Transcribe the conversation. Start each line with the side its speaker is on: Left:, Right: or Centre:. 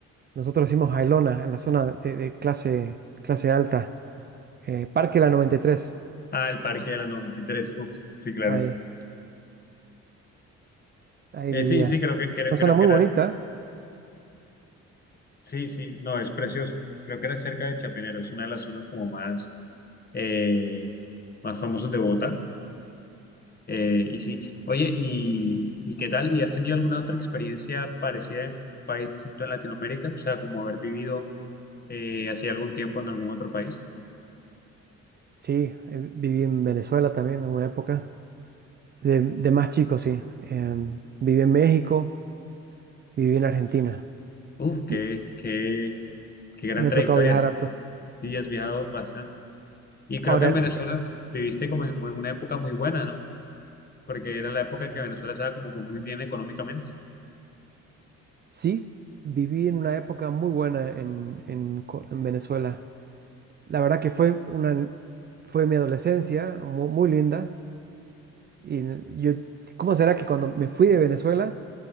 Right: nosotros decimos Jailona, en la zona de, de clase, clase alta. eh, Parque La noventa y tres
Left: Ah, el Parque de la Noventa y Tres, Uf, sí, claro.
Right: ahí, ahí
Left: Eh,
Right: vivía.
Left: sí, sí, creo que, creo,
Right: Una
Left: creo
Right: zona muy
Left: que era.
Right: bonita,
Left: Sí, sí, no, es precioso. Creo que era cerca de Chapinero. Es una de las zonas como más, eh, más famosas de Bogotá. Eh, y sí, oye, ¿y, y qué tal? ¿Y has tenido alguna otra experiencia parecida en un país distinto en Latinoamérica? O sea, como haber vivido eh, hace algún tiempo en algún otro país.
Right: sí, eh, viví en Venezuela también en una época, de, de más chico, sí. em, viví en México, viví en Argentina.
Left: Uf, qué,
Right: Mi-
Left: qué, qué gran
Right: Me,
Left: trayectoria.
Right: ha tocado viajar harto.
Left: Sí, has viajado bastante. Y creo
Right: Ahora,
Left: que en Venezuela viviste como en una época muy buena, ¿no? Porque era la época en que Venezuela estaba como que muy bien económicamente.
Right: sí, viví en una época muy buena en, en Co- en Venezuela. La verdad que fue una, fue mi adolescencia mu- muy, linda. Y yo, ¿cómo será que cuando me fui de Venezuela